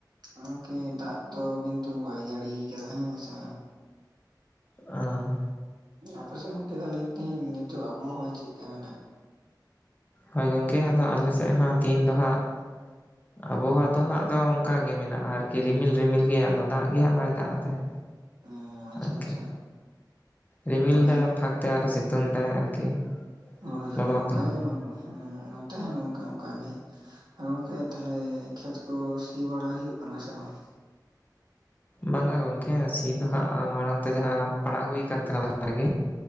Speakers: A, on the right; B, on the left.
A: ᱜᱚᱢᱠᱮ ᱫᱟᱜ ᱫᱚ ᱠᱤᱱᱛᱩ ᱵᱟᱭ ᱡᱟᱹᱲᱤ ᱠᱟᱫᱟ ᱦᱮᱸᱥᱮ᱾
B: ᱟᱻ
A: ᱟᱯᱟᱥᱮᱫ ᱜᱚᱝᱠᱮ ᱛᱟᱦᱟᱞᱮ ᱛᱮᱦᱮᱧ ᱱᱤᱛᱚᱜ ᱟᱵᱚᱦᱟᱣᱟ ᱪᱮᱫ ᱞᱮᱠᱟ ᱢᱮᱱᱟᱜᱼᱟ?
B: ᱦᱳᱭ ᱜᱚᱝᱠᱮ, ᱟᱫᱚ ᱟᱞᱮ ᱥᱮᱫ ᱦᱚᱸ ᱛᱤᱦᱤᱱ ᱫᱚ ᱦᱟᱸᱜ ᱼᱼ
A: <unintelligible>
B: ᱟᱵᱚᱦᱣᱟ ᱫᱚ ᱦᱟᱸᱜ ᱫᱚ ᱚᱱᱠᱟᱜᱮ ᱢᱮᱱᱟᱜᱼᱟ ᱟᱨᱠᱤ ᱨᱤᱢᱤᱞ ᱨᱤᱢᱤᱞ ᱜᱮ। ᱟᱫᱚ ᱫᱟᱜ ᱜᱮ ᱦᱟᱸᱜ ᱵᱟᱭ ᱫᱟᱜ ᱮᱫᱟᱭ।
A: ᱚᱻ ᱟᱪᱪᱷᱟ
B: ᱟᱨᱠᱤ
A: ᱟᱪᱪᱷᱟ।
B: ᱨᱤᱢᱤᱞ
A: ᱟᱫᱚᱞᱟᱝ
B: ᱫᱟᱭ, ᱯᱷᱷᱟᱠ ᱫᱟᱭ ᱟᱨ ᱦᱚᱸ ᱥᱤᱛᱩᱝ ᱫᱟᱭ ᱟᱨᱠᱤ।
A: ᱦᱳᱭ
B: ᱞᱚᱞᱚ
A: ᱦᱳᱭ ᱚᱱᱠᱟᱜᱮ,
B: ᱠᱟᱱᱟ
A: ᱦᱮᱸ ᱱᱚᱛᱮ ᱦᱚᱸ ᱚᱱᱠᱟ ᱚᱱᱠᱟᱜᱮ। ᱟᱨ ᱜᱚᱝᱠᱮ ᱛᱟᱦᱟᱞᱮ ᱠᱷᱮᱛ ᱠᱚ ᱥᱤ ᱵᱟᱲᱟ ᱦᱩᱭᱩᱜ ᱠᱟᱱᱟ ᱥᱮ ᱵᱟᱝ?
B: ᱵᱟᱝᱟ ᱜᱚᱝᱠᱮ। ᱥᱤ ᱫᱚ ᱦᱟᱸᱜ ᱢᱟᱲᱟᱝ ᱛᱮ ᱡᱟᱦᱟᱸ ᱯᱟᱲᱟᱜ ᱦᱩᱭ ᱠᱟᱱ ᱛᱟᱦᱮᱸᱱᱟ ᱞᱟᱦᱟ ᱨᱮᱜᱮ।